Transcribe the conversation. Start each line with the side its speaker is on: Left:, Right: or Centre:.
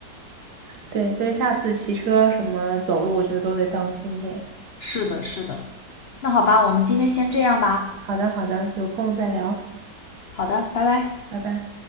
Right: 对，所以下次骑车什么走路，我觉得都得当心点。
Left: 是的，是的。那好吧，我们今天先这样吧。
Right: 好的，好的，有空再聊，
Left: 好的，拜拜。
Right: 拜拜。